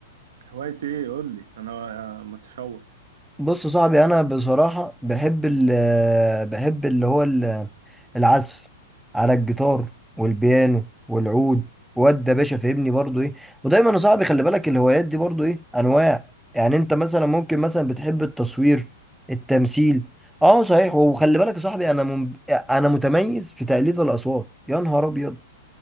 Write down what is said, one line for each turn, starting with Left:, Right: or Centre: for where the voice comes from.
Right: هوايتي ايه قول لي انا متشوق
Centre: بص يا صاحبي انا بصراحة بحب ال بحب اللي هو ال- العزف على الجيتار والبيانو والعود واد يا باشا فاهمني برضو ايه ودايما يا صاحبي خلي بالك الهوايات دي برضو ايه انواع يعني انت مثلا ممكن مثلا بتحب التصوير التمثيل اه صحيح وخلي بالك يا صاحبي انا من... انا متميز في تقليد الاصوات يا نهار ابيض